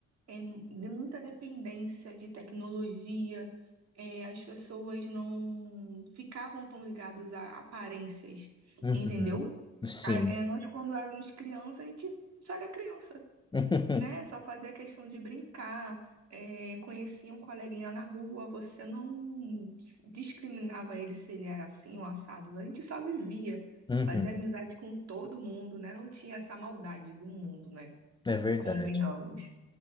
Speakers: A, on the right (about 60°); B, on the left (about 15°).
A: é, de muita dependência de tecnologia. É, as pessoas não ficavam tão ligadas a aparências,
B: Uhum,
A: entendeu?
B: sim.
A: a- é, nós, quando éramos crianças, a gente só era criança,
B: <laughs>
A: né? Só fazia questão de brincar, é, conhecia um coleguinha na rua, você não s- discriminava ele se ele era assim ou assado, a gente só vivia,
B: Uhum,
A: fazia amizade com todo mundo, né? Não tinha essa maldade do mundo, né?
B: é verdade.
A: Convenhamos.